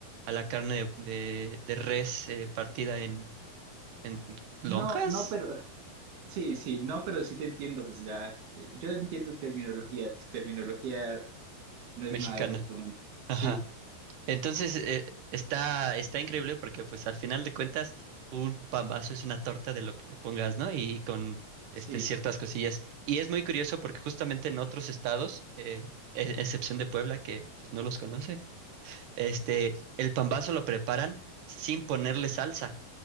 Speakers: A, on the right; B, on the right.
A: a la carne de, de- de res eh, partida en, en lonjas
B: No, no, pero sí, sí, no, pero sí te entiendo, pues ya, eh, yo entiendo terminología, tu terminología no es
A: mexicana.
B: nada del otro mundo. Sí,
A: Ajá. Entonces, eh, está, está increíble porque pues al final de cuentas un pambazo es una torta de lo que le pongas, ¿no? Y con este,
B: sí,
A: ciertas cosillas. Y es muy curioso porque justamente en otros estados, eh, e- excepción de Puebla, que pues, no los conoce, este, el pambazo lo preparan sin ponerle salsa.